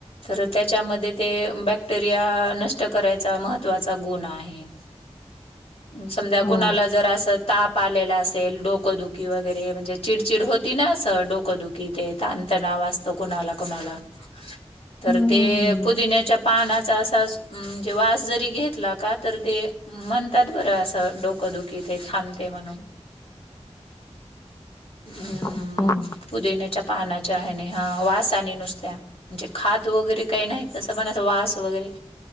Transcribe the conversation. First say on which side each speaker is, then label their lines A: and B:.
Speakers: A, on the left; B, on the left.
A: परत त्याच्यामध्ये ते बॅक्टेरिया नष्ट करायचा महत्त्वाचा गुण आहे. समजा
B: हो
A: कुणाला जर असं ताप आलेला असेल डोकंदुखी वगैरे म्हणजे चिडचिड होती ना असं डोकंदुखी ते तणातणाव कोणाला कोणाला तर
B: हम्म
A: ते
B: हम्म
A: पुदिन्याच्या पानाचा असा म्हणजे वास जरी घेतला का तर ते म्हणतात बरं असं डोकं दुखी ते थांबते म्हणून. ह्म
B: अच्छा
A: पुदिण्याच्या पानाच्या हेने हा वास आणि नुसत्या म्हणजे खात वगैरे काही नाही तसं पण वास वगैरे